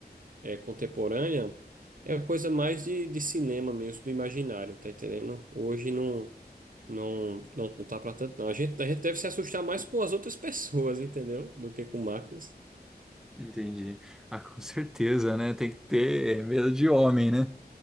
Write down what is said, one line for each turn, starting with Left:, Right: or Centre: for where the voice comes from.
Right: é, contemporânea, é coisa mais de, de cinema mesmo, do imaginário, tá entendendo? Hoje não, não, não, não tá pra tanto, não. A gente, a gente deve se assustar mais com as outras <laughs> pessoas, entendeu? Do que com máquinas.
Centre: Entendi. Ah, com certeza, né? Tem que ter medo de homem, né?